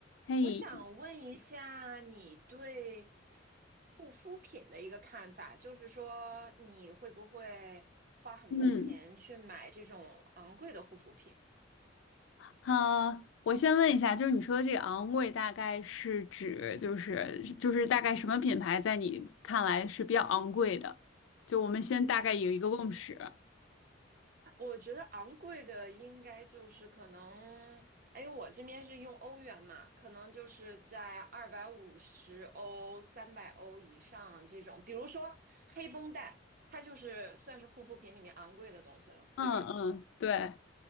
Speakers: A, on the left; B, on the right.
A: 嘿，
B: 我想问一下你对护肤品的一个看法，就是说你会不会花很多钱去买这种昂贵的护肤品？
A: 嗯，好，我先问一下，就是你说的这个昂贵，大概是指就是就是大概什么品牌在你看来是比较昂贵的？就我们先大概有一个共识。
B: 我觉得昂贵的应该就是可能，哎，因为我这边是用欧元嘛，可能就是在二百五十欧、三百欧以上这种，比如说黑绷带，它就是算是护肤品里面昂贵的东西了，
A: 嗯嗯，
B: 对吧？
A: 对，